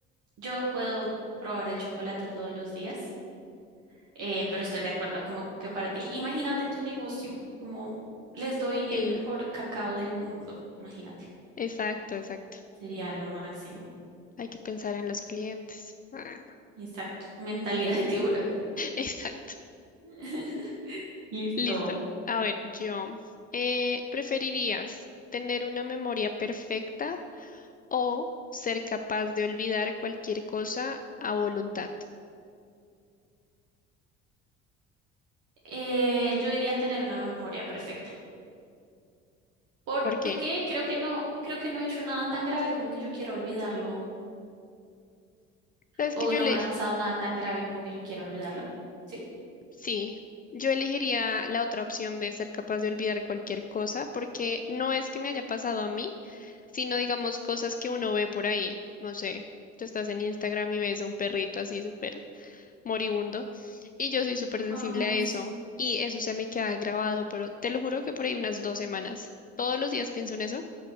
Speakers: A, on the right (about 60°); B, on the left (about 25°).
A: yo puedo probar el chocolate todos los días, eh, pero estoy de acuerdo, como que para ti, imagínate tu negocio, como les doy
B: Sí,
A: el mejor cacao del mundo, imagínate,
B: exacto, exacto.
A: sería lo máximo.
B: Hay que pensar en los clientes. Ah,
A: Exacto, mentalidad de tiburón.
B: <laughs> exacto.
A: <laughs> Listo.
B: Listo. A ver, yo, eh, ¿preferirías tener una memoria perfecta o ser capaz de olvidar cualquier cosa a voluntad?
A: Eh, yo diría tener una memoria perfecta, porque
B: ¿Por qué?
A: creo que no, creo que no he hecho nada tan grave como que yo quiera olvidarlo
B: ¿Sabes
A: o
B: que yo
A: no
B: le...
A: me ha pasado nada tan grave como que yo quiera olvidarlo. ¿sí?
B: Sí, yo elegiría la otra opción de ser capaz de olvidar cualquier cosa, porque no es que me haya pasado a mí, sino digamos cosas que uno ve por ahí. No sé, tú estás en Instagram y ves a un perrito así súper moribundo, y yo soy súper sensible
A: Ay,
B: a eso,
A: sí,
B: y eso se me queda grabado, pero te lo juro que por ahí unas dos semanas. Todos los días pienso en eso,